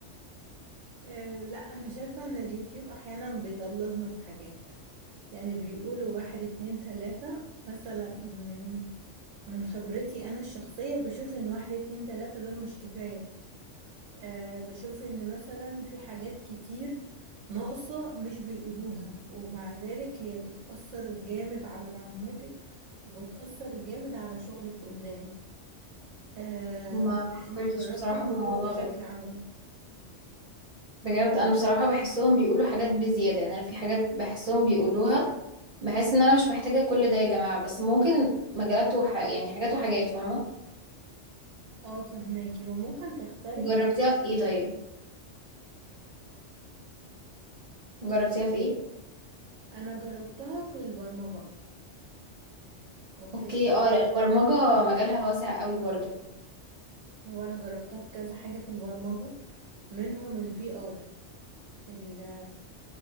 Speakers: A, on the right; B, on the right.
A: أه لا انا شايفة ان اليوتيوب احيانا بيضللنا في حاجات يعني بيقولوا واحد اتنين تلاتة مثلا من من خبرتي انا الشخصية بشوف ان واحد اتنين تلاتة دول مش كفاية أه بشوف ان مثلا في حاجات كتير ناقصة مش بيقولوها ومع ذلك هي بتأثر جامد على معلوماتك وبتأثر جامد على شغلك قدام أه
B: ما
A: لاني
B: فكرتش
A: جربت
B: بصراحة
A: الموضوع
B: في الموضوع
A: بشكل
B: ده
A: عملي
B: بجد انا بصراحة بحسهم بيقولوا حاجات بزيادة يعني انا في حاجات بحسهم بيقولوها بحس ان انا مش محتاجة كل ده يا جماعة بس ممكن مجالات وح... يعني حاجات وحاجات فاهمة
A: اه فهماكي هو ممكن تختلف
B: جربتيها
A: من مجال
B: في ايه
A: لمجال
B: طيب جربتيها في ايه
A: انا جربتها في البرمجة اوكي
B: اوكي
A: اكتشفت
B: اه لا البرمجة مجالها واسع قوي برضو
A: هو انا جربتها في كذا حاجة في البرمجة منهم الفي ار اللي